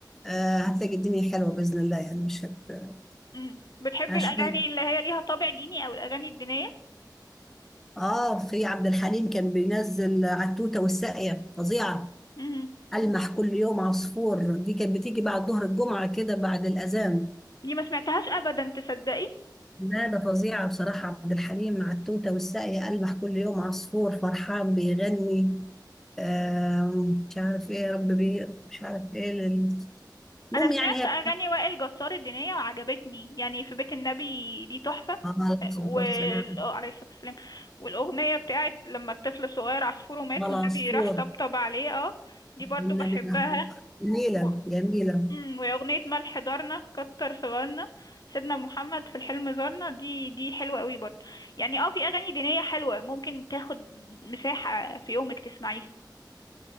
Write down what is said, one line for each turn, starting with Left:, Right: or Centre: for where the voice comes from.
Centre: آه هتلاقي الدنيا حلوه باذن الله يعني مش هت
Left: مم. بتحبي
Centre: عشان
Left: الأغاني اللي هي ليها طابع ديني أو الأغاني الدينية
Centre: اه في عبد الحليم كان بينزل على التوته والساقيه فظيعه
Left: مم.
Centre: المح كل يوم عصفور دي كانت بتيجي بعد ظهر الجمعه كده بعد الاذان
Left: دي ما سمعتهاش أبدا تصدقي
Centre: لا ده فظيعه بصراحه عبد الحليم مع التوته والساقيه المح كل يوم عصفور فرحان بيغني آه مش عارف ايه يا رب بي مش عارف ايه لل- المهم
Left: انا
Centre: يعني
Left: سمعت
Centre: هي
Left: اغاني وائل جسار الدينيه وعجبتني يعني في بيت النبي دي تحفه
Centre: عليه الصلاة
Left: وال...
Centre: والسلام
Left: آه، عليه الصلاة والسلام والأغنية بتاعت لما الطفل صغير عصفوره مات
Centre: والعصفور
Left: والنبي راح طبطب عليه اه دي برضو
Centre: والنبي
Left: بحبها
Centre: أحمد جميلة
Left: و...
Centre: جميلة
Left: مم، وأغنية ملح دارنا كتر صغارنا سيدنا محمد في الحلم زارنا دي دي حلوة قوي برضو يعني اه في أغاني دينية حلوة ممكن تاخد مساحة في يومك تسمعيها